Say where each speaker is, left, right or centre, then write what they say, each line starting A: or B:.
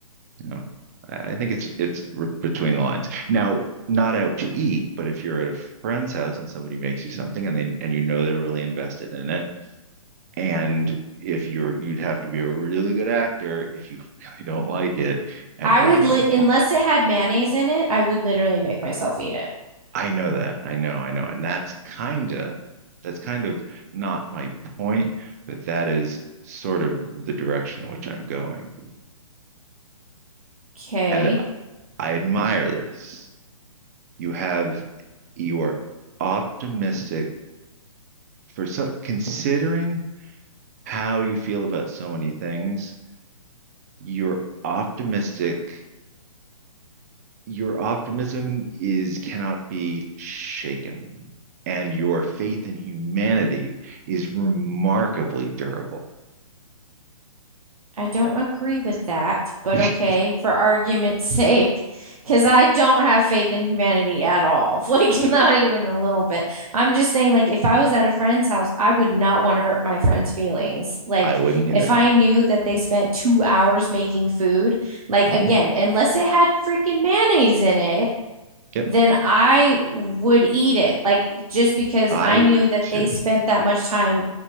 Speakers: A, on the right (about 25°); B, on the right (about 80°).
A: you know, I, I think it's it's between the lines. Now, not out to eat, but if you're at a friend's house and somebody makes you something and they and you know they're really invested in it, and if you're you'd have to be a really good actor if you <laughs> really don't like it and
B: I
A: be
B: would
A: like,
B: li
A: I'm
B: unless it had mayonnaise in it, I would literally make myself eat it.
A: I know that. I know, I know. And that's kind of that's kind of not my point, but that is sort of the direction in which I'm going.
B: Okay.
A: And I admire this. You have you are optimistic for so considering how you feel about so many things, you're optimistic Your optimism is cannot be shaken, and your faith in humanity is remarkably durable.
B: I don't agree with that, but
A: <laughs>
B: okay, for argument's sake, because I don't have faith in humanity at all. <laughs> Like, not even a little bit. I'm just saying, like, if I was at a friend's house, I would not want to hurt my friend's feelings. Like,
A: I wouldn't either.
B: if I knew that they spent two hours making food, like,
A: hmm
B: again, unless it had freaking mayonnaise in it,
A: Yep,
B: then I would eat it. Like, just because
A: I
B: I
A: would
B: knew that
A: too.
B: they spent that much time